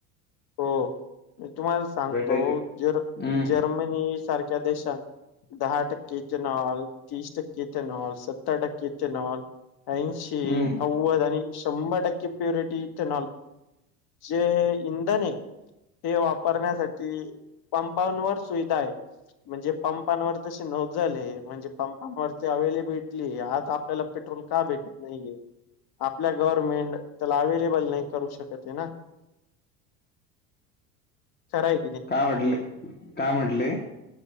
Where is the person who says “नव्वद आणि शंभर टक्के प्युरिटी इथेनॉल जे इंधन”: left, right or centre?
Left